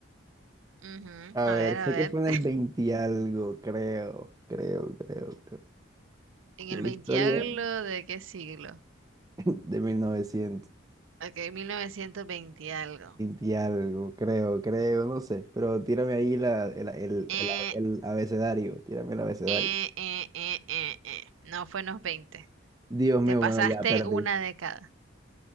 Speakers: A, on the right; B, on the right.
A: Ujú,
B: a
A: A
B: ver,
A: ver,
B: sé
A: a ver.
B: que fue en el
A: <laughs>
B: 20 y algo, creo, creo, creo, creo.
A: ¿En el
B: La historia.
A: 20 algo de qué siglo?
B: de 1920
A: Ok, 1920 algo.
B: y algo, creo, creo, no sé. Pero tírame ahí la, el, el,
A: Eh,
B: el, el abecedario, tírame el abecedario.
A: eh, eh, eh, eh, eh. No fue en los veinte
B: Dios mío,
A: Te pasaste
B: bueno, ya perdí.
A: una década.